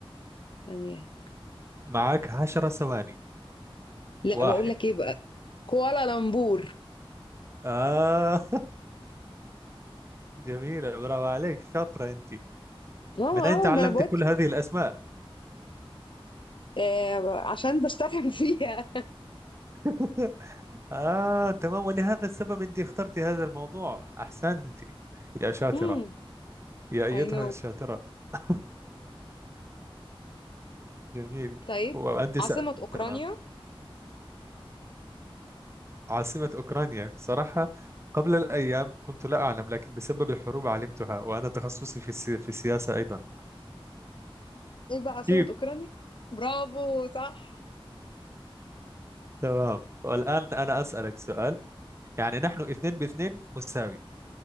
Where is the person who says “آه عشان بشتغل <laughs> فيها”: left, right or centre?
Left